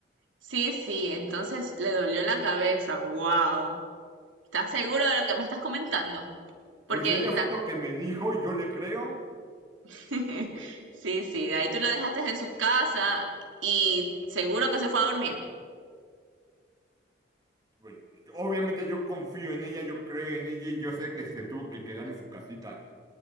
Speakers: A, on the right; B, on the right.
A: Sí, sí, entonces le dolió la cabeza. Wow. ¿Estás seguro de lo que me estás comentando? Porque
B: Pues ella fue
A: la-
B: lo que me dijo y yo le creo.
A: <laughs> sí, sí, de ahí tú la dejaste en su casa y seguro que se fue a dormir.
B: Pues, obviamente yo confío en ella, yo creo en ella y yo sé que se tuvo que quedar en su casita.